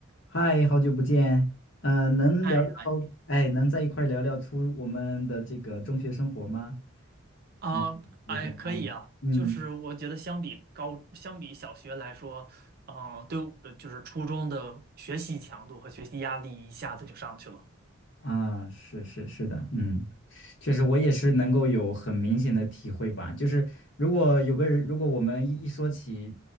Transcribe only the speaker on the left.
嗨，好久不见，嗯，能聊聊，
哎，能在一块儿聊聊出我们的这个中学生活吗？
嗯，也怎么样呢？
嗯，
啊，是是是的，嗯，确实我也是能够有很明显的体会吧，就是如果有个人，如果我们一一说起，